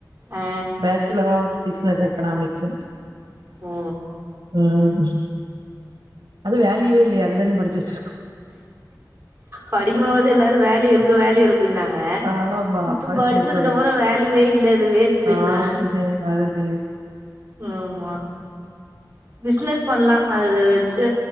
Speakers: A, on the right; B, on the right.
A: ஆ
B: பேச்சுலர் ஆஃப் பிஸ்னஸ் எக்கனாமிக்ஸ்னு
A: ஓ
B: உம் அது வேல்யூவே இல்லயே அததானே படிச் ஜெஸ்ருக்கோ
A: படிக்குமோது எல்லாரு வேலயு வேல இரு <unintelligible>
B: ஆமா
A: இப்ப
B: படிச்சு
A: படிச்சதுக்கு
B: முடிச்ச உடனே
A: அப்புரொ வேலுவே இல்ல அது வேஸ்டு
B: ஆ
A: ன்ற
B: அதுதே அதுதே
A: ஆமா பிஸ்னஸ் பண்ணலா அத வச்சு